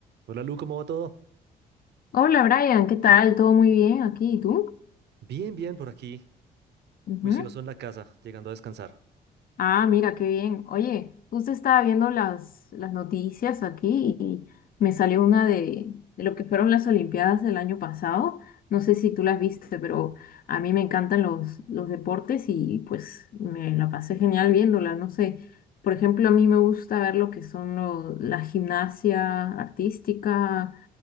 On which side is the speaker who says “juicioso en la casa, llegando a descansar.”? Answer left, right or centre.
Right